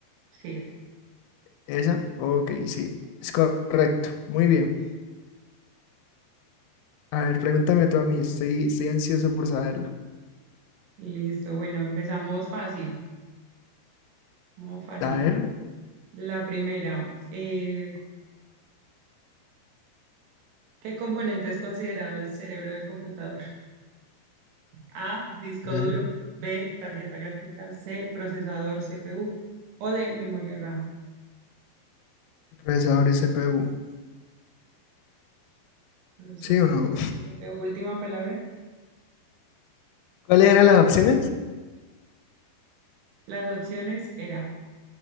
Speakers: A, on the right; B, on the left.
A: sí es.
B: ¿Esa? Ok, sí, es correcto. Muy bien. A ver, pregúntame tú a mí, estoy, estoy ansioso por saberlo.
A: Listo, bueno, empezamos fácil, no fácil.
B: A ver,
A: La primera, eh, ¿Qué componente es considerado el cerebro del computador? A, disco
B: ok,
A: duro, B, tarjeta gráfica, C, procesador CPU o D, memoria RAM.
B: procesadores CPU,
A: Procesador
B: ¿sí o no?
A: CPU, última palabra.
B: ¿Cuáles eran las opciones?
A: Las opciones era